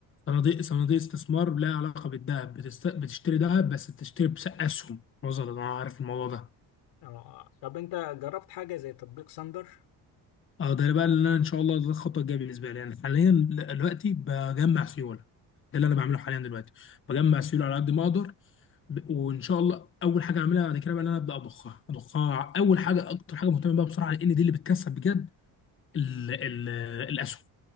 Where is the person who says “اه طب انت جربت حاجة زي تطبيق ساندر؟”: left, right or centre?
Left